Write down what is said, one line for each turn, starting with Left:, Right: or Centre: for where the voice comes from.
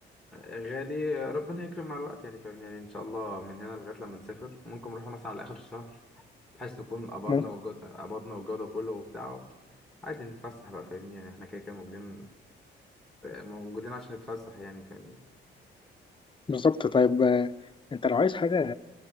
Centre: غالي ربنا هيكرم مع الوقت يعني فاهمني يعني ان شاء الله من هنا لغايه لما نسافر ممكن نروح مثلا على اخر الشهر بحيث نكون قبضنا
Left: ممكن
Centre: والجو قبضنا والجو ده كله وبتاع عادي نتفسح بقى فاهمني يعني احنا كده كده موجودين موجودين عشان نتفسح يعني فاهمني
Left: بالظبط طيب آه انت لو عايز حاجه